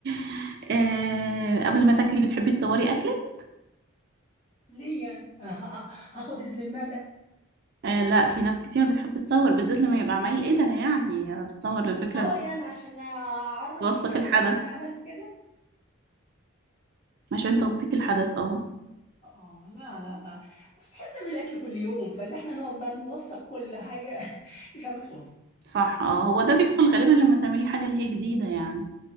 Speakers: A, on the right; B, on the left.
A: <laughs> آه قبل ما تاكلي بتحبي تصوري اكلك
B: <laughs> ليه يعني <laughs> هاخد إذن المعدة
A: آه لا في ناس كتير بتحب تصور بالذات لما يبقى عمايل ايدها يعني بتصور الفكرة
B: اه
A: إن
B: يعني عشان اعرف
A: توثق
B: الكوكب
A: الحدث
B: ان انا عملت كذا
A: عشان توثيق الحدث اه
B: اه لا لا لا بس احنا بنعمل اكل كل يوم فاللي احنا نقعد بقى نوثق كل حاجه <laughs> مش هنخلص
A: صح اه هو ده بيحصل غالبا لما تعملي حاجة اللي هي جديدة يعني